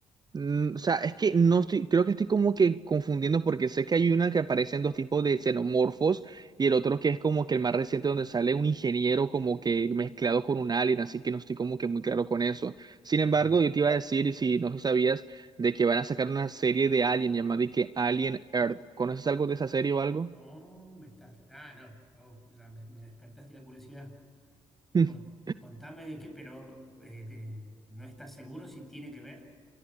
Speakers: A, on the right; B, in the centre.
A: mm, o sea, es que no estoy, creo que estoy como que confundiendo porque sé que hay una que aparecen dos tipos de xenomorfos y el otro que es como que el más reciente donde sale un ingeniero como que mezclado con un alien, así que no estoy como que muy claro con eso. Sin embargo,
B: Ah,
A: yo te iba a decir, y si no sabías, de que van a sacar una serie de Alien llamada y que Alien Earth. ¿Conoces algo de esa serie o algo?
B: no, me estás... Ah, no. Oh, ya me, me despertaste la curiosidad.
A: <laughs>
B: Con- contame de qué, pero eh, te- ¿no estás seguro si tiene que ver?